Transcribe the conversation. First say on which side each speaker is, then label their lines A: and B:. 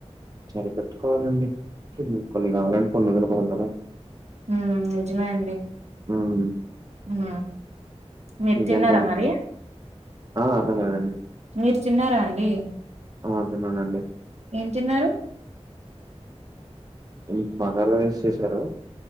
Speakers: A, on the right (about 35°); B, on the right (about 75°).
A: సరిపెట్టుకోవాలండి కొన్ని కావాలంటే కొన్ని వదులుకోవాలి కదా
B: హ్మ్ నిజమే అండి
A: ఉమ్
B: హ్మ్ మీరు
A: ఇంకేంటండి
B: తిన్నారా మరి?
A: ఆ అర్థం కాలేదండి
B: మీరు తిన్నారా అండి
A: ఆ తిన్నానండి
B: ఏం తిన్నారు
A: ఉమ్ బగార రైస్ చేసారు.